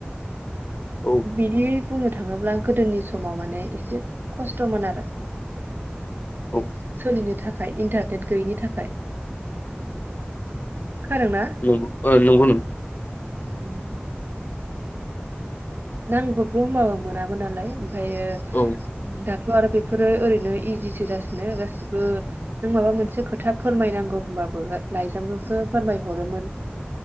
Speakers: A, on the left; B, on the right.
A: औ
B: बिदि बुंनो थाङोब्ला गोदोनि समाव माने एसे खस्थमोन आरो
A: औ
B: सोलिनो था खाय इन्टारनेट गैयैनि थाखाय खोनादोंना
A: नोंगौ ओ नोंगौ नोंथां
B: उम नांबबगौ होनबाबो मोनामोन नालाय उम ओमफायो
A: औ
B: दाथ थ आरो बेफोरो ओरैनो इजिसो जासिनो गासिबो नों माबा मोनसे खोथा फोरमायनांगौ होमबाबो लाइजामजोंसो फोरमाय हरोमोन